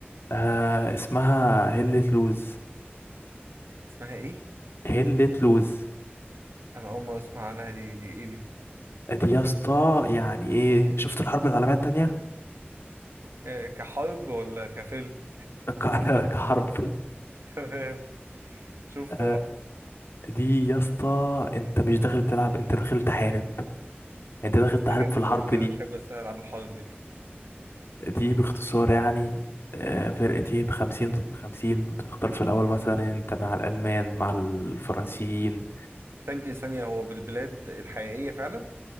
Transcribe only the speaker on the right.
اسمها ايه
انا اول مره اسمع عنها دي دي ايه دي
إيه كحرب ولا كفيلم
<laughs> تمام شفته
اه
ده جامد
قوي ده
انا بحب بس أنا العاب الحرب دي
ثانيه ثانيه هو بالبلاد الحقيقيه فعلا